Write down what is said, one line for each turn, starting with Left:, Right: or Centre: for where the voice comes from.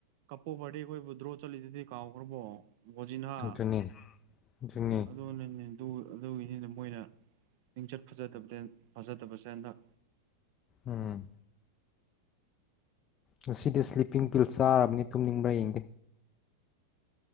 Right: ꯀꯞꯄꯣꯕꯗꯤ ꯀꯣꯏ ꯗ꯭ꯔꯣ ꯆꯂꯤ ꯇꯤ ꯀꯥꯎ ꯈ꯭ꯔꯔꯕꯣ ꯃꯣꯖꯤꯟꯍꯥ
Left: ꯑꯗꯨꯅꯤ ꯑꯗꯨꯅꯤ
Right: ꯑꯗꯨ ꯑꯗꯨꯒꯤꯅꯤꯅ ꯃꯣꯏꯅ ꯃꯤꯡꯆꯠ ꯐꯖꯗꯕꯗ ꯐꯖꯗꯕꯁꯦ ꯍꯟꯗꯛ
Left: ꯎꯝ ꯉꯁꯤꯗꯤ ꯁ꯭ꯂꯤꯞꯄꯤꯡ ꯄꯤꯜ ꯆꯥꯔꯕꯅꯤ ꯇꯨꯝꯅꯤꯡꯕ꯭ꯔꯥ ꯌꯦꯡꯒꯦ